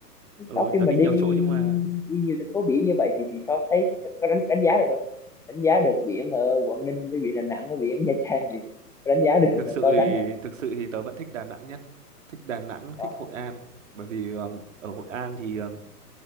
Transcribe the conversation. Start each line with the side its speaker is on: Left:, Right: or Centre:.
Right: ừ
Centre: sau khi
Right: tớ
Centre: mà
Right: đi
Centre: đi
Right: nhiều chỗ nhưng mà
Centre: đi nhiều thành phố biển như vậy thì thì sao thấy có có đánh đánh giá được không đánh giá được biển ở Quảng Ninh với biển Đà Nẵng với biển Nha Trang thì có đánh giá được
Right: thực
Centre: là
Right: sự
Centre: so
Right: thì
Centre: sánh được không
Right: thực sự thì tớ vẫn thích Đà Nẵng nhất thích Đà Nẵng
Centre: Ờ,
Right: thích Hội An bởi vì um, ở Hội An thì um,